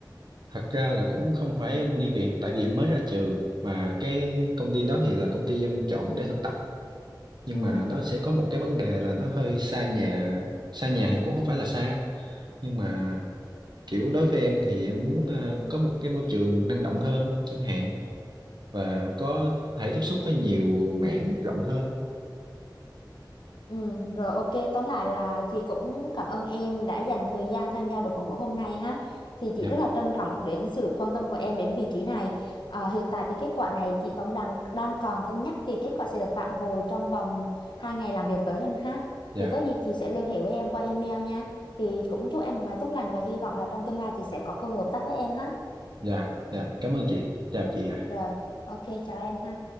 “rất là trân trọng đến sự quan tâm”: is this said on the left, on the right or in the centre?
Left